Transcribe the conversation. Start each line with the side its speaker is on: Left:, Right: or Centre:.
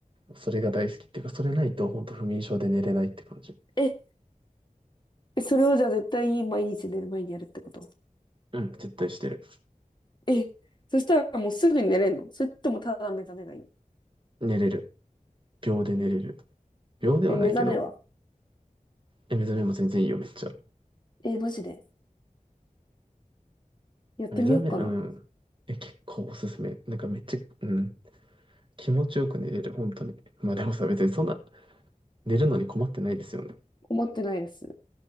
Right: それが大好きっていうか、それないと本当不眠症で寝れないって感じ。
Left: え、え、それをじゃあ絶対毎日寝る前にやるってこと
Right: うん、絶対してる。
Left: え、そしたらもうすぐに寝れんのそれともただ目覚めがいい
Right: 寝れる。秒で寝れる。秒ではないけど、
Left: え、目覚めは
Right: え、目覚めも全然いいよ、めっちゃ。
Left: え、マジでやってみようかな。
Right: 目覚め、うん。え、結構おすすめ。なんかめっちゃ、うん。気持ちよく寝れる、本当に。まあでもさ、別にそんな、寝るのに困ってないですよね。
Left: 困ってないです。